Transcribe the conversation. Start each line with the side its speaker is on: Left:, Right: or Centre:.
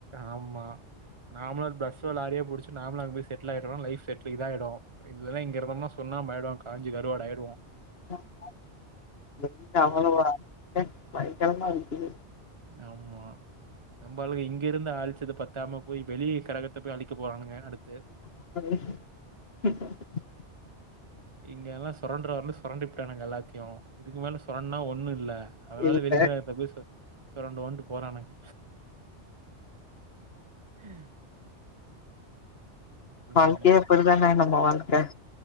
Right: ஆமா நாமலா பஸ்ஸோ லாரியோ புடிச் நாமலு அங்க போய் செட்டில் ஆகிறோ லைப் செட் இதாயிடு இதுலதா இங்க இருக்கம்னா சுண்ணாம்பு ஆயிடு காஞ்சு கருவாடாயாகிடுவோ
Left: <unintelligible> பயங்கரமா இருக்குது
Right: ஆமா நம்ம ஆளுக இங்க இருந்து அழிச்சது பத்தாம போய் வெளிய கரகத்த போய் அழிக்க போறானுங்க அடுத்து
Left: <unintelligible>
Right: இங்க எல்லா சுரண்ட்ற வரலு சொரண்டிபுட்டானுங்க எல்லாத்தையு இதுக்கு மேல சுரண்ட்னா ஒண்ணு இல்ல அதனால
Left: இல்ல
Right: வெளி கிரகத்த போய் சொ சொறண்டுவோன்ட்டு போறானுங்க ஹம்
Left: வாழ்க்கையே
Right: ம்.
Left: அப்படிதானே நம்ம வாழ்க் ட